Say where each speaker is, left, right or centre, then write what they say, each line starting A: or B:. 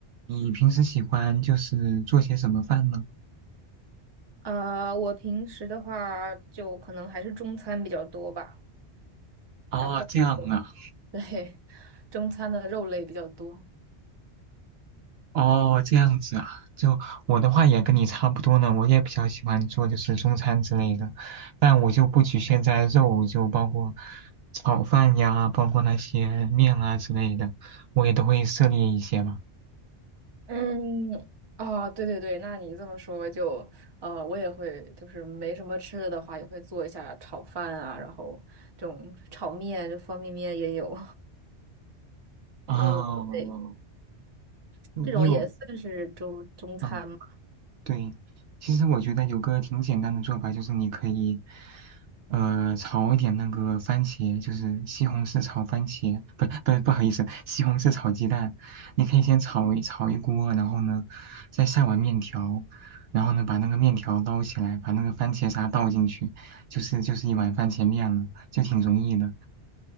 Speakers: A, on the right (about 65°); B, on the right (about 25°).
A: 你平时喜欢就是做些什么饭呢？
B: 呃，我平时的话就可能还是中餐比较多吧，
A: 哦，
B: 然后
A: 这样啊，
B: <laughs> 对，中餐的肉类比较多。
A: 哦，这样子啊，就我的话也跟你差不多呢，我也比较喜欢做就是中餐之类的，但我就不局限在肉，就包括炒饭呀，包括那些面啊之类的，我也都会涉猎一些嘛。
B: 嗯，啊，对对对，那你这么说就，呃，我也会，就是没什么吃的的话，也会做一下炒饭啊，然后这种炒面，就方便面也有，
A: 哦，
B: <laughs> 就对，
A: 你有，
B: 这种也算是中中餐嘛。
A: 哦，对，其实我觉得有个挺简单的做法，就是你可以，呃，炒一点那个番茄，就是西红柿炒番茄，不不不好意思，西红柿炒鸡蛋。你可以先炒一炒一锅，然后呢，再下碗面条，然后呢把那个面条捞起来，把那个番茄沙倒进去，就是就是一碗番茄面了，就挺容易的。